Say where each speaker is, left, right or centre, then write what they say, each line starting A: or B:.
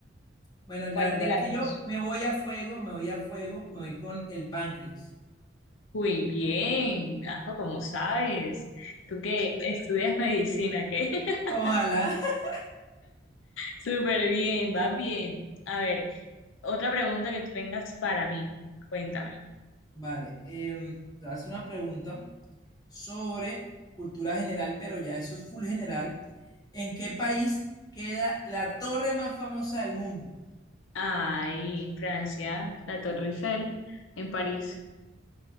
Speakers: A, on the left; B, on the left.
A: bueno, la
B: ¿Cuál
A: verdad
B: de las
A: es que
B: dos?
A: yo me voy a fuego, me voy a fuego, me voy con el páncreas.
B: Muy bien, Ajo, como sabes. Tú que estudias medicina, ¿qué? <laughs>
A: Ojalá. <laughs>
B: Súper bien, vas bien. A ver, otra pregunta que tú tengas para mí. Cuéntame.
A: Vale, em, te voy a hacer una pregunta sobre cultura general, pero ya eso es full general. ¿En qué país queda la torre más famosa del mundo?
B: Ay, Francia, la Torre Eiffel, en París.